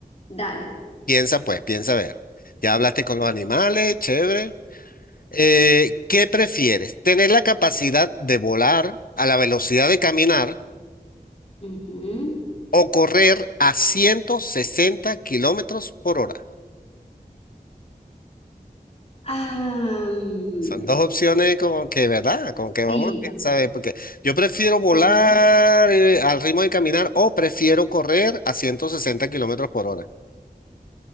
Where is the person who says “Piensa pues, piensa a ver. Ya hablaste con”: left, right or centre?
Left